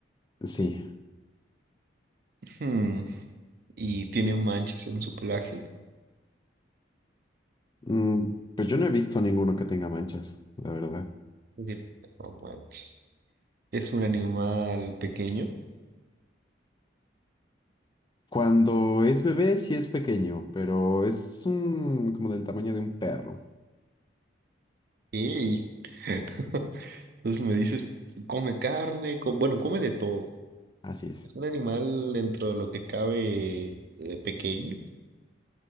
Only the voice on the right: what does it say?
Hmm, ¿Y tiene manchas en su pelaje?
<laughs> Ok, No manches. ¿Es un animal pequeño?
Ey, <laughs> Entonces me dices, come carne, co- bueno, come de todo.
Es un animal dentro de lo que cabe eh, pequeño.